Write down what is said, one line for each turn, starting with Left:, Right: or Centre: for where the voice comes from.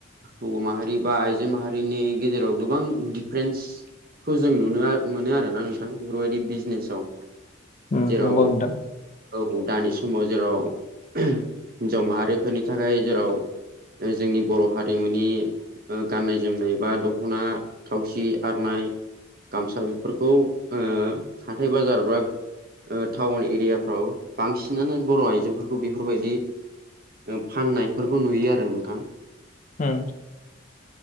Right: हौवा माहारि बा आइजो माहारिनि गेजेराव गोबां दिफ्रेन्स खौ जों नुनो मोनो आरोना नोंथां बेफोरबायदि बिजनेसाव
Left: उम
Right: जेराव
Left: नंगौ नोंथां
Right: औ दानि समाव जेराव हिन्जाव माहारिफोरनि थाखाय जेराव जोंनि बर' हारिमुनि ओ गाननाय-जोमनाय बा दखना थावसि, आरनाय गामसा बेफोरखौ ओ हाथाय-बाजारब्रा ओ टाउन एरियाफोव बांसिनानो बर' आइजोफोरखौ बेफोरबायदि ओ फाननायफोरखौ नुयो आरो नोंथां।
Left: ओम